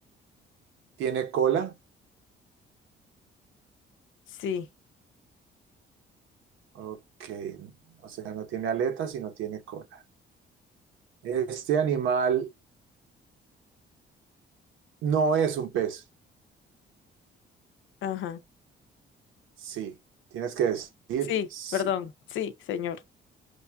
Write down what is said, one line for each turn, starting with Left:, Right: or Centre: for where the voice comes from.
Right: tiene cola.
Left: Sí.
Right: Ok, o sea, no tiene aletas, sino tiene cola. Este animal no es un pez.
Left: Ajá.
Right: Sí, tienes que decir
Left: Sí,
Right: sí.
Left: perdón. Sí, señor.